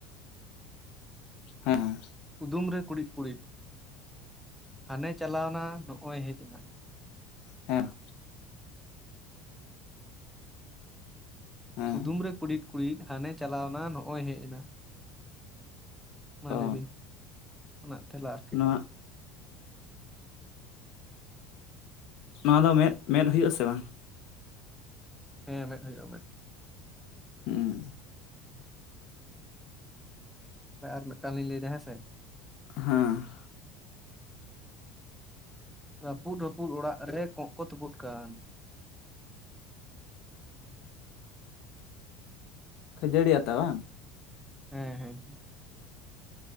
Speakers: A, on the left; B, in the centre.
A: ᱦᱮᱸ ᱦᱮᱸ᱾
B: ᱠᱩᱫᱩᱢ ᱨᱮ ᱠᱩᱲᱤᱫ ᱠᱩᱲᱤᱫ ᱦᱟᱱᱮ ᱪᱟᱞᱟᱣ ᱮᱱᱟ ᱱᱚᱜᱚᱭ ᱦᱮᱡ ᱮᱱᱟ᱾
A: ᱦᱮᱸ᱾ ᱦᱮᱸ
B: ᱠᱩᱫᱩᱢ ᱨᱮ ᱠᱩᱲᱤᱫ ᱠᱩᱲᱤᱫ ᱦᱟᱱᱮ ᱪᱟᱞᱟᱣ ᱮᱱᱟ ᱱᱚᱜᱚᱭ ᱦᱮᱡ ᱮᱱᱟ᱾ ᱢᱟ
A: ᱚ
B: ᱞᱟᱹᱭᱵᱤᱱ ᱚᱱᱟᱜ ᱛᱮᱞᱟ ᱟᱨᱠᱤ᱾
A: ᱱᱚᱣᱟ ᱱᱚᱣᱟ ᱫᱚ ᱢᱮᱫ, ᱢᱮᱫ ᱦᱩᱭᱩᱜᱼᱟ ᱥᱮ ᱵᱟᱝ?
B: ᱦᱮᱸ ᱢᱮᱫ ᱦᱩᱭᱩᱜᱼᱟ ᱢᱮᱫ᱾
A: ᱦᱩᱸ᱾
B: ᱟᱨ ᱢᱤᱜᱴᱟᱝ ᱞᱤᱧ ᱞᱟᱹᱭᱮᱫᱟ ᱦᱮᱸᱥᱮ?
A: ᱦᱮᱸ᱾
B: ᱨᱟᱹᱯᱩᱫ ᱨᱟᱹᱯᱩᱫ ᱚᱲᱟᱜ ᱨᱮ ᱠᱚᱸᱜ ᱠᱚ ᱛᱩᱯᱩᱫ ᱠᱟᱱ᱾
A: ᱠᱷᱟᱹᱡᱟᱹᱲᱤ ᱟᱛᱟ ᱵᱟᱝ?
B: ᱦᱮᱸ ᱦᱮᱸ᱾